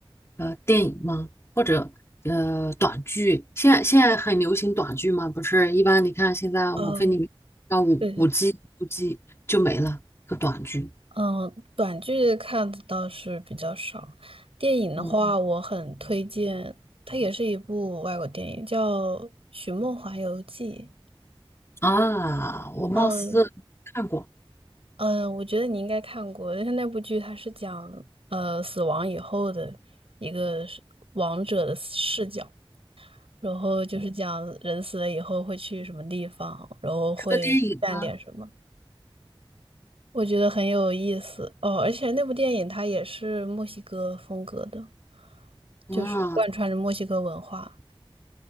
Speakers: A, on the left; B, on the right.
A: 呃电影吗？或者呃短剧？现在现在很流行短剧嘛，不是？一般你看现在网飞里面啊五五
B: 哦，对对，
A: G 五 G 就没了个短剧。
B: 嗯，短剧看的倒是比较少，电影的话，
A: 嗯
B: 我很推荐，它也是一部外国电影，叫《寻梦环游记》。
A: 啊，我貌似看过，
B: 嗯。嗯，我觉得你应该看过，但是那部剧它是讲呃死亡以后的一个是王者的视角，然后就是讲人死了以后会去什么地方，然后会干点什么，
A: 是个电影吗？
B: 我觉得很有意思哦。而且那部电影它也是墨西哥风格的，
A: 啊，
B: 就是贯穿着墨西哥文化。